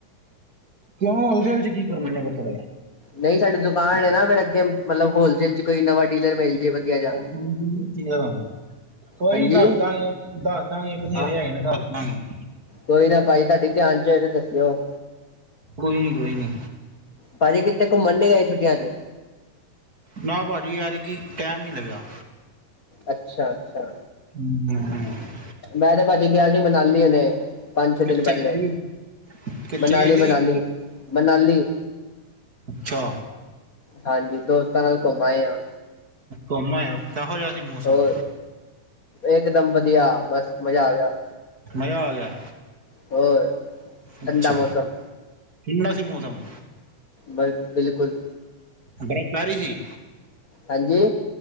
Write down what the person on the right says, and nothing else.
ਤੁਸੀਂ ਹੋਲਸੇਲ ਚ ਕੀ ਕਰਨੇ ਨੇ ਕੱਪੜੇ।
ਹਾਂਜੀ <unintelligible> ਕੋਈ
ਨੀ ਦੱਸ ਦਾਂਗੇ ਦੱਸ ਦਾਂਗੇ, ਬਥੇਰੇ
ਹੈਗੇ ਨੇ ਦੱਸ ਦਾਂਗੇ।
ਕੋਈ ਨੀ ਕੋਈ ਨੀ।
ਨਾ ਭਾਜੀ, ਐਤਕੀ ਟੈਮ ਨੀ ਲੱਗਿਆ।
ਹੂੰ ਹੂੰ।
ਕਿੱਥੇ
ਗਏ ਸੀ ਕਿੱਥੇ
ਗਏ ਸੀ
ਅੱਛਾ
ਘੁੰਮ ਆਏ ਓ ਕਿਹੋ ਜਾ ਸੀ ਮੌਸਮ?
ਮਜ਼ਾ ਆ ਗਿਆ
ਅੱਛਾ
ਠੰਡਾ ਸੀ ਮੌਸਮ।
ਬਰਫ਼ ਪੈ ਰੀ ਜੀ।